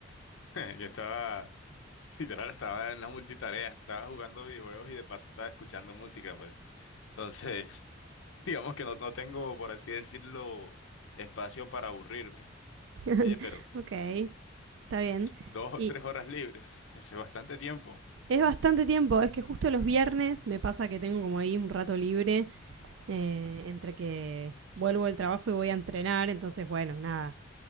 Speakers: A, on the left; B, on the right.
A: <laughs> Yo estaba, literal, estaba en la multitarea, estaba jugando videojuegos y de paso estaba escuchando música, pues. Entonces, <laughs> digamos que no, no tengo, por así decirlo, espacio para aburrirme.
B: <laughs>
A: Oye, pero
B: ok, está bien.
A: dos o
B: Y
A: tres horas libres, eso es bastante tiempo.
B: es bastante tiempo, es que justo los viernes me pasa que tengo como ahí un rato libre eh, entre que vuelvo del trabajo y voy a entrenar, entonces bueno, nada